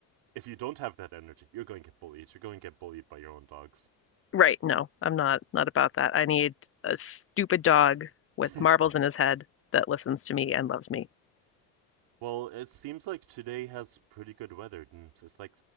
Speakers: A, on the right; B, on the left.
A: if you don't have that energy, you're going to get bullied. You're going to get bullied by your own dogs.
B: Right, no, I'm not not about that. I need a stupid dog with
A: <laughs>
B: marbles in his head that listens to me and loves me.
A: well, it seems like today has pretty good weather. and It's like